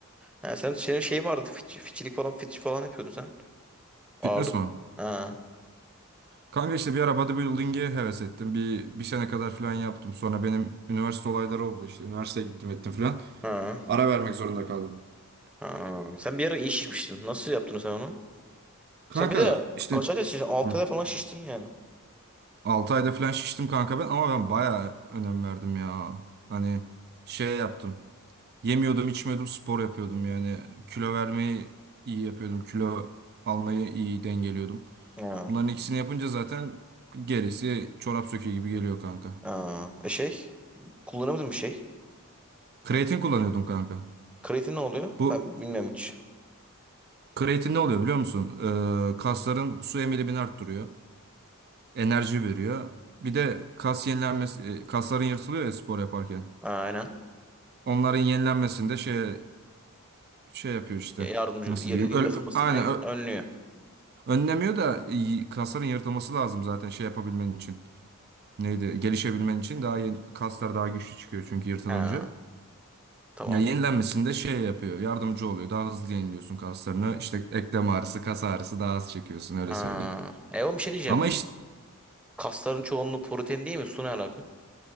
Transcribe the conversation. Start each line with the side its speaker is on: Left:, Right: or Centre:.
Centre: Ha, sen senin şey vardı fiç- fiçilik falan fiç falan yapıyordun sen. Ağırlık.
Right: Fitness mi?
Centre: Ha,
Right: Kanka işte bir ara bodybuilding'e heves ettim. Bir, bir sene kadar falan yaptım. Sonra benim üniversite olayları oldu işte. Üniversiteye gittim ettim falan.
Centre: ha,
Right: Ara vermek zorunda kaldım.
Centre: ha. Sen bir ara iyi şişmiştin. Nasıl yaptın sen onu?
Right: Kanka
Centre: Sen bir de
Right: işte
Centre: kaç ayda şiştin? 6
Right: Hı.
Centre: ayda falan şiştin yani.
Right: ayda falan şiştim kanka ben ama ben bayağı önem verdim ya. Hani şey yaptım. Yemiyordum, içmiyordum, spor yapıyordum yani. Kilo vermeyi iyi yapıyordum. Kilo almayı iyi dengeliyordum.
Centre: Ha,
Right: Bunların ikisini yapınca zaten gerisi çorap söküğü gibi geliyor kanka.
Centre: ha. E şey kullanamadın bir şey.
Right: Kreatin kullanıyordum kanka.
Centre: Kreatin ne oluyor?
Right: Bu
Centre: Ben bilmiyorum hiç.
Right: Kreatin ne oluyor biliyor musun? Ee, kasların su emilimini arttırıyor. Enerji veriyor. Bir de kas yenilenmesi, e, kasların yırtılıyor ya spor yaparken.
Centre: Ha, aynen.
Right: Onların yenilenmesinde şey şey yapıyor işte.
Centre: Ya- Yardımcı
Right: Nasıl
Centre: yer-
Right: diyeyim?
Centre: yer-
Right: Ö-
Centre: yatılmasın
Right: ö- aynen
Centre: en-
Right: ö-
Centre: önlüyor.
Right: önlemiyor da y- kasların yırtılması lazım zaten şey yapabilmen için. Neydi? Gelişebilmen için daha yeni, kaslar daha güçlü çıkıyor çünkü yırtılınca.
Centre: Ha, tamam.
Right: Ya yenilenmesinde şey yapıyor, yardımcı oluyor. Daha hızlı yeniliyorsun kaslarını. İşte eklem ağrısı, kas ağrısı daha az çekiyorsun öyle
Centre: Ha.
Right: söyleyeyim.
Centre: E oğlum bir şey diyeceğim.
Right: Ama işte
Centre: Kasların çoğunluğu protein değil mi? Su ne alaka?